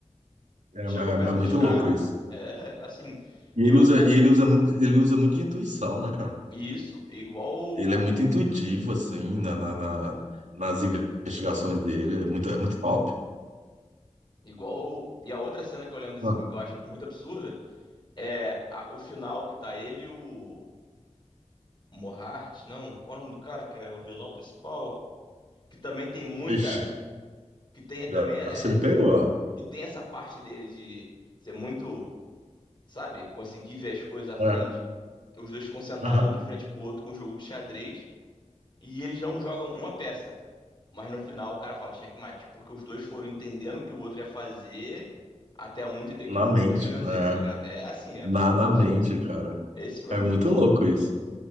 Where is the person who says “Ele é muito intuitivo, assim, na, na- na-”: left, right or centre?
Right